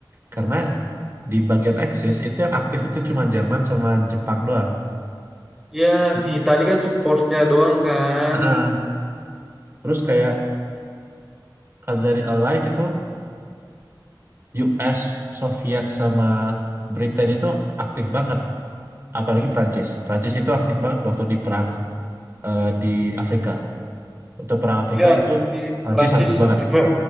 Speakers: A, on the right; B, in the centre.
A: karena di bagian Axis itu yang aktif itu cuma Jerman sama Jepang doang.
B: Ya
A: Hmm.
B: si Itali kan supportnya doang kan.
A: Heeh. terus kayak kalau dari Allied itu US, Soviet sama Britain itu aktif banget, apalagi Prancis. Prancis itu aktif banget waktu di perang eh, di Afrika. Waktu perang Afrika
B: Ya
A: itu
B: di
A: Prancis
B: Prancis
A: aktif banget.
B: aktifnya.